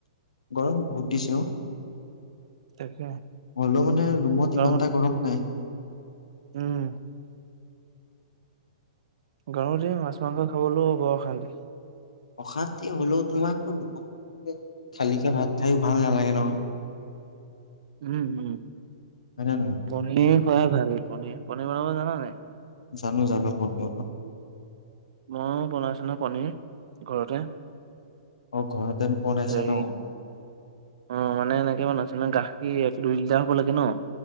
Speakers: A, on the left; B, on the right.
A: গৰম বহুত দিছে অ'।
B: তাকে
A: হলো মানে ৰুমত
B: গৰমত
A: ইমানটা গৰম নাই।
B: উম। গৰমতে মাছ, মাংস খাবলৈও বৰ অশান্তি।
A: অশান্তি হ'লেও তোমাৰ খালিকে ভাত খায়ো ভাল নালাগে নহয়।
B: উম, উম,
A: হয় নে নহয়
B: পনীৰ খুৱাই ভাল, পনীৰ পনিৰ বনাব জানা নে নাই?
A: জানো, জানো পণীৰ বনাব।
B: মই বনাইছো নহয় পনীৰ। ঘৰতে।
A: অ' ঘৰতে বনাইছা
B: হেৰি
A: ন।
B: অ' মানে এনেকে বনাইচো ন গাখীৰ এক, দুই লিটাৰ হ'ব লাগে ন।